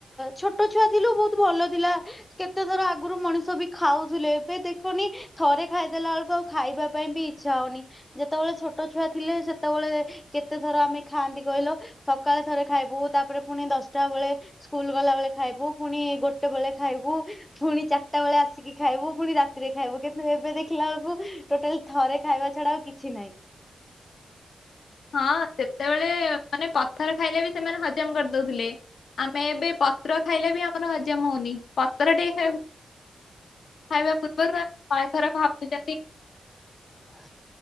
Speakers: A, on the left; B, on the left.
A: ଛୋଟ ଛୁଆ ଥିଲୁ, ବହୁତ ଭଲ ଥିଲା କେତେଥର ଆଗରୁ ମଣିଷ ବି ଖାଉଥିଲେ, ଏବେ ଦେଖନି ଥରେ ଖାଇଦେଲା ବେଳକୁ ଆଉ ଖାଇବା ପାଇଁ ବି ଇଛା ଇଛା ହଉନି, ଯେତେବେଳେ ଛୋଟ ଛୁଆ ଥିଲେ, ସେତେବେଳେ କେତେ ଥର ଆମେ ଖାଆନ୍ତି କହିଲ -ସକାଳେ ଥରେ ଖାଇବୁ, ତାପରେ ପୁଣି ଦଶ ଚଟା ବେଳେ, ସ୍କୁଲ ଗଲାବେଳେଖାଇବୁ, ପୁଣି ଗୋଟେ ବେଳେ ଖାଇବୁ, ପୁଣି ଚାରିଟା ବେଳେ ଆସିକି ଖାଇ ଖାଇବୁ, ପୁଣି ରାତିରେ ଖାଇବୁ କିନ୍ତୁ ଏବେ ଦେଖିଲା ବେଳକୁ ଟୋଟାଲ ଥରେ ଖାଇବା ଛଡା ଆଉ କିଛି ନାହିଁ।
B: ହଁ ସେତେବେଳେ ମାନେ ପଥର ଖାଇଲେ ବି ସେମାନେ ହଜମ କରିଦଉଥିଲେ, ଆମେ ଏବେ ପତ୍ର ଖାଇଲେ ବି ଆମର ହଜମ ହଉନି। ପତ୍ର ଟେ ହେ ଖାଇବା ପୂର୍ବରୁ ଆମେ ଶହେଥର ଭାବୁଚନ୍ତି।
A: ହ